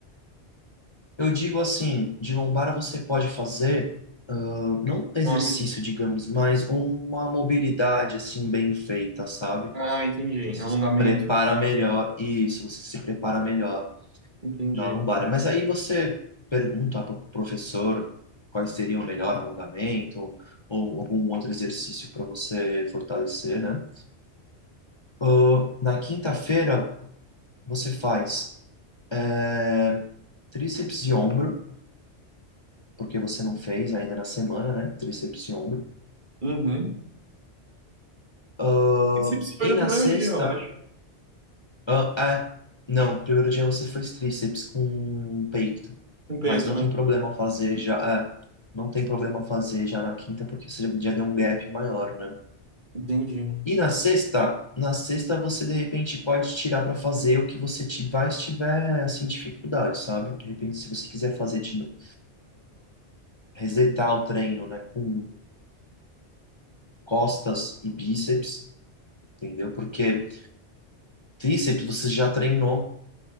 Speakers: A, on the left; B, on the right.
A: Eu digo assim, de lombara você pode fazer, ah, não
B: Nome.
A: exercício, digamos, mas uma mobilidade assim bem feita, sabe?
B: Ah, entendi.
A: Você
B: Alongamento.
A: se prepara melhor, isso, você se prepara melhor
B: Entendi.
A: na lombar. Mas aí você pergunta para o professor quais seriam o melhor alongamento ou algum outro exercício para você fortalecer, né? Ah, na quinta-feira você faz eh, tríceps de ombro. porque você não fez ainda na semana, né? Tríceps e ombro.
B: Uhum.
A: Ah,
B: Bíceps foi
A: e
B: no
A: na
B: primeiro
A: sexta,
B: dia, eu acho.
A: ah, é, não, primeiro dia você fez tríceps com peito,
B: Com peito,
A: mas não
B: né?
A: tem problema fazer já, é, não tem problema fazer já na quinta, porque você já deu um gap maior, né?
B: Entendi.
A: E na sexta, na sexta você de repente pode tirar para fazer o que você tiver, tiver assim dificuldade, sabe? De repente, se você quiser fazer de novo, resetar o treino, né, com costas e bíceps, entendeu? Porque Tríceps você já treinou